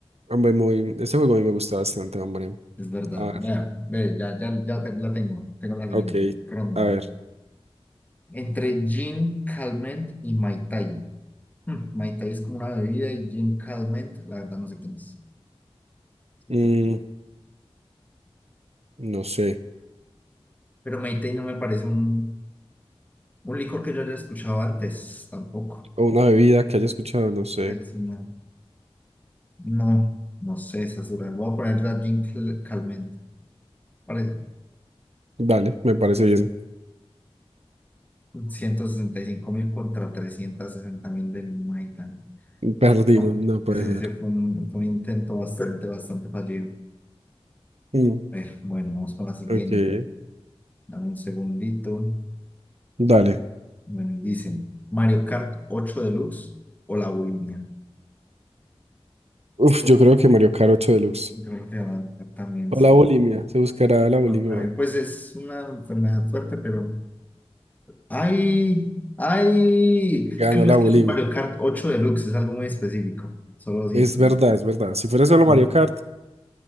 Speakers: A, on the right; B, on the left.
A: hombre, muy. Este juego a mí me gusta bastante, hombre.
B: Es verdad.
A: A ver,
B: Ya, ve, ya, ya, ya te- la tengo. Tengo la siguiente
A: ok.
B: ronda.
A: A ver.
B: Entre gin, calmant y Mai Tai. Hmm, Mai Tai es como una bebida y gin calmant, la verdad no sé quién es. Sí
A: mm,
B: te-
A: no sé.
B: Pero Mai Tai no me parece un, un licor que yo haya escuchado antes, tampoco.
A: O una bebida que haya escuchado, no sé.
B: Es una- No, no sé, esa es Voy a poner la Jean Cal- Calment. Vale,
A: Dale, me parece bien.
B: ciento sesenta y cinco mil contra trescientos sesenta mil del Maitan.
A: Perdimos,
B: No,
A: no puede
B: ese,
A: ser.
B: ese fue un, fue un intento bastante, bastante fallido.
A: Mm,
B: A ver, bueno, vamos con la siguiente.
A: ok,
B: Dame un segundito.
A: dale.
B: Bueno, y dicen Mario Kart 8 Deluxe o la bulimia.
A: Uf, yo creo que Mario Kart 8 Deluxe.
B: Yo creo que va a estar también,
A: O
B: sí.
A: la bulimia, se buscará la bulimia,
B: No creo. Pues es una enfermedad fuerte, pero Ay, ay.
A: Ganó
B: Claro,
A: la
B: es
A: bulimia.
B: que el Mario Kart 8 Deluxe es algo muy específico. Solo doscientos
A: Es
B: mil
A: verdad,
B: pues,
A: es verdad. Si fuera solo
B: no,
A: Mario Kart,